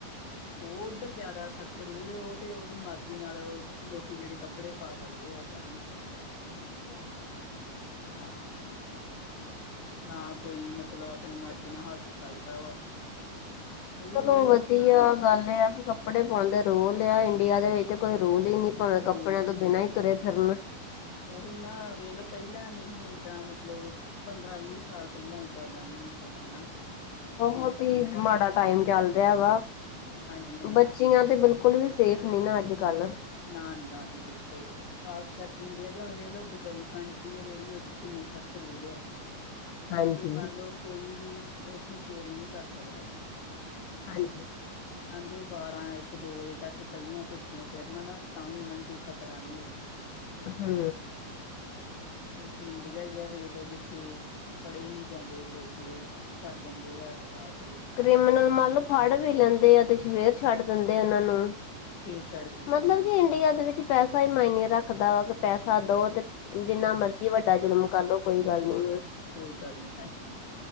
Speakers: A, on the left; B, on the left.
A: ਉਹ ਉੱਧਰ ਜਿਆਦਾ ਸਖ਼ਤ ਰੂਲ ਉਹ ਤੇ ਉਹਦੀ ਮਰਜ਼ੀ ਨਾਲ ਲੋਕੀ ਜਿਹੜੇ ਕੱਪੜੇ ਪਾ ਸਕਦੇ ਆ ਓਦਾਂ ਨੀ।
B: ਹਾਂ।
A: ਹਾਂ। ਨਾ ਕੋਈ ਮਤਲਬ ਆਪਣੀ ਮਰਜ਼ੀ ਨਾਲ ਹੱਸ ਸਕਦਾ ਵਾ ਉਹ ਵੀ
B: ਚਲੋ
A: ਵੇਖਲੋ
B: ਵਧੀਆ
A: ਕਿੱਦਾਂ
B: ਗੱਲ ਇਹ ਆ ਕਿ ਕੱਪੜੇ ਪਾਉਣ ਦੇ ਰੋਲ ਆ ਇੰਡੀਆ ਦੇ ਵਿੱਚ ਕੋਈ ਰੋਲ ਹੀ ਨੀ। ਭਾਵੇਂ
A: ਰੋਲ
B: ਕੱਪੜਿਆਂ ਤੋਂ ਬਿਨਾ ਹੀ ਤੁਰੇ ਫਿਰਨ।
A: ਉਹੀ ਨਾ ਵੇਖਲੋ ਪਹਿਲਾਂ ਨਹੀਂ ਸੀ ਏਦਾਂ ਮਤਲਬ। ਪੰਦਰਾਂ ਵੀਹ ਸਾਲ ਪਹਿਲਾਂ ਇੱਦਾਂ ਦਾ ਨਹੀਂ ਸਮਾਂ ਹਨਾ।
B: ਬਹੁਤ
A: ਹੁਣ ਤਾਂ
B: ਹੀ
A: ਜਿਹੜਾ
B: ਮਾੜਾ ਟਾਈਮ ਚੱਲ ਰਿਹਾ ਵਾ
A: ਹਾਂਜੀ ਹਾਂਜੀ
B: ਬੱਚੀਆਂ ਤੇ ਬਿਲਕੁਲ। ਬਿਲਕੁਲ ਵੀ ਸੇਫ ਨੀ ਨਾ ਅੱਜ ਕੱਲ।
A: ਨਾ ਨਾ ਜੀ ਬਿਲਕੁਲ ਖਾਸ ਕਰਕੇ ਇੰਡੀਆ ਚ ਹੁਣ ਵੇਖਲੋ ਦੁਬਈ ਕੰਟਰੀ ਹੈ ਜਿਹੜੀ ਕਿੰਨੇ ਸਖਤ ਰੂਲ ਐ।
B: ਹਾਂਜੀ
A: ਜੇ ਮੰਨ ਲਓ ਕੋਈ ਵੀ ਉੱਥੇ ਚੋਰੀ ਨਹੀਂ ਕਰ ਸਕਦਾ।
B: ਹਾਂਜੀ।
A: ਦੇ ਬਾਰਾਂ ਇੱਕ ਦੋ ਵਜੇ ਤੱਕ ਕੱਲੀਆਂ ਤੁਰਦੀਆਂ। ਫਿਰਨਾ ਨਾ ਤਾਂ ਵੀ ਉਹਨਾ ਨੂੰ ਕੋਈ ਖਤਰਾ ਨਹੀਂ ਉੱਥੇ
B: ਹੂੰ,
A: ਇੱਕ ਇੰਡੀਆ ਹੀ ਆ ਵੇਖਲੋ ਜਿੱਥੇ- ਫੜ੍ਹੇ ਹੀ ਨਹੀਂ ਜਾਂਦੇ ਲੋਕ ਜਿਹੜੇ ਘਰ ਜਾਂਦੇ ਆ ਰੇਪ ਰੁਪ,
B: ਕ੍ਰਿਮਨਲ ਮੰਨ ਲਓ ਫੜ ਵੀ ਲੈਂਦੇ ਆ ਅਤੇ ਫੇਰ ਛੱਡ ਦਿੰਦੇ ਆ ਉਹਨਾਂ ਨੂੰ
A: ਫੇਰ ਛੱਡ ਦਿੰਦੇ
B: ਮਤਲਬ
A: ਹਾਂਜੀ।
B: ਕਿ ਇੰਡੀਆ ਦੇ ਵਿੱਚ ਪੈਸਾ ਹੀ ਮਾਇਨੇ ਰੱਖਦਾ ਵਾ, ਕਿ ਪੈਸਾ ਦਓ ਤੇ ਜਿੰਨਾ ਮਰਜੀ ਵੱਡਾ ਜ਼ੁਲਮ ਕਰਲੋ ਕੋਈ ਗੱਲ ਨੀ ਆ।
A: ਕੋਈ ਗੱਲ ਨਹੀਂ, ਹਾਂਜੀ।